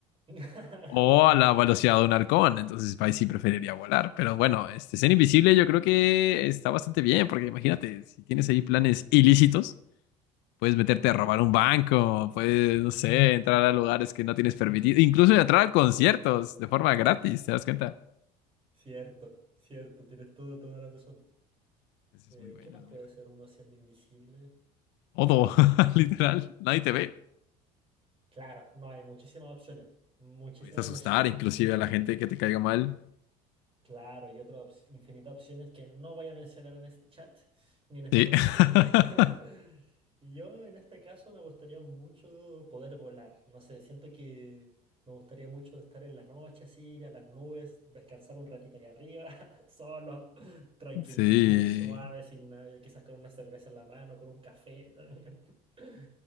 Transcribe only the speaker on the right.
<laughs>
Cierto, cierto, tienes todo, toda la razón.
Eh,
¿qué más
puede
ser uno siendo invisible?
Em,
claro, no hay muchísimas opciones. Muchísimas,
<laughs> muchísimas.
Claro, y otras ops- infinitas opciones que no voy a mencionar en este chat ni en esta
conversación.
<laughs> Y Yo en este caso me gustaría mucho poder volar. No sé, siento que me gustaría mucho estar en la noche así, ir a las nubes, descansar un ratito allá arriba, <laughs> solo, tranquilito,
suave, sin nadie, quizás con una cerveza en la mano, con un café también. <laughs>